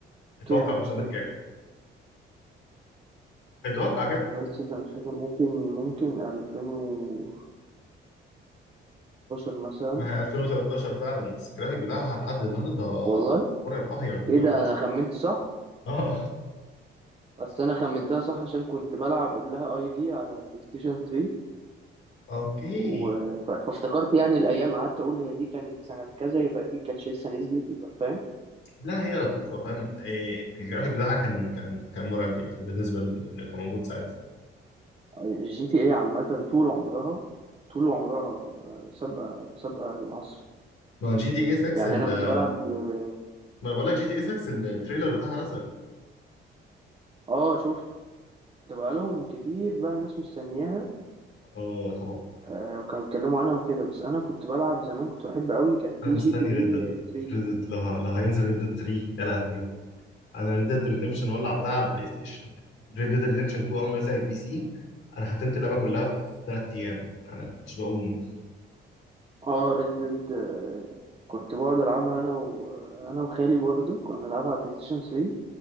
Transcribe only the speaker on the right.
كام مش
فاكر
والله تصدق مش فاكر ممكن ممكن 2013 مثلا
والله
ايه ده انا خمنت صح
بس انا خمنتها صح عشان كنت بلعب قبلها اي في على بلاي ستيشن 3
و... ف- فافتكرت يعني الايام قعدت اقول هي دي كانت سنه كذا يبقى دي كانت لسه نزلت يبقى فاهم
الجي تي اي عامه طول عمرها طول عمرها آه، سابقه سابقه العصر
يعني
انا كنت بلعب اه
آه، شفته كنت بقالهم كتير بقى الناس مستنياها
آه وكانوا بيتكلموا عنها وكده بس انا كنت بلعب زمان كنت بحب قوي كان في
جي تي
اي
3
اه ريد ديد كنت بقعد العبها انا وانا وخالي برضو كنا بنلعبها على بلاي ستيشن 3